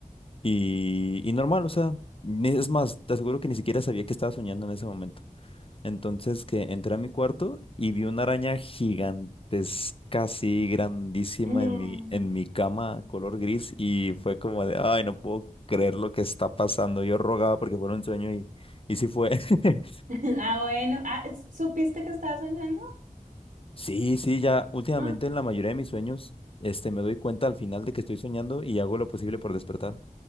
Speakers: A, on the left; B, on the right.
A: y, y normal, o sea, ni- es más, te aseguro que ni siquiera sabía que estaba soñando en ese momento. Entonces que entré a mi cuarto y vi una araña gigantesca, así grandísima
B: Mm.
A: en mi, en mi cama, color gris, y fue como de, ay, no puedo creer lo que está pasando. Yo rogaba porque fuera un sueño y, y sí fue. <laughs>
B: <laughs> Ah, bueno. Ah, ¿supiste que estaba soñando?
A: Sí, sí, ya últimamente
B: Ah,
A: en la mayoría de mis sueños, este, me doy cuenta al final de que estoy soñando y hago lo posible por despertar.